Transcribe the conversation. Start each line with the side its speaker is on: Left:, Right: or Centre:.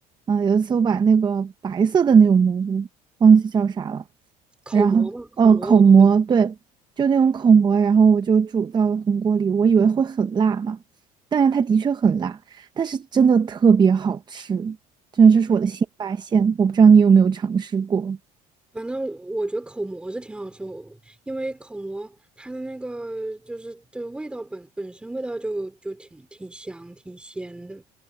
Right: 嗯、有一次我把那个白色的那种蘑菇忘记叫啥了。
Centre: 口蘑嘛，
Right: 然后呃口蘑，
Centre: 口蘑我知道，
Right: 对，就那种口蘑，然后我就煮到红锅里，我以为会很辣嘛，但是它的确很辣，但是真的特别好吃，真的这是我的新发现，
Centre: 嗯
Right: 我不知道你有没有尝试过，
Centre: 反正我觉得口蘑是挺好吃我因为口蘑它的那个就是就是味道本本身味道就就挺挺香挺鲜的，